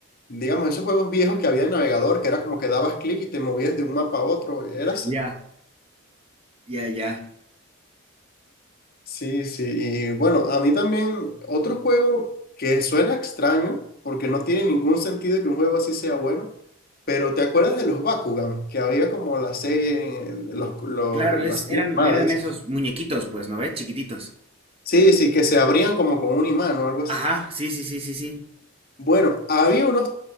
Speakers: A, on the left (about 45°); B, on the right (about 25°).
A: digamos, esos juegos viejos que había en navegador, que era como que dabas clic y te movías de un mapa a otro, era así.
B: ya, ya, ya.
A: Sí, sí, y bueno, a mí también otro juego que suena extraño, porque no tiene ningún sentido que un juego así sea bueno, pero ¿te acuerdas de los Bakugan? Que había como la serie, eh, los, los,
B: Claro, es,
A: la serie
B: eran,
A: animada
B: eran
A: de eso.
B: esos muñequitos, pues, ¿no ves? Chiquititos.
A: Sí, sí, que se abrían como con un imán o algo así.
B: Ajá, sí, sí, sí, sí, sí.
A: Bueno, había unos,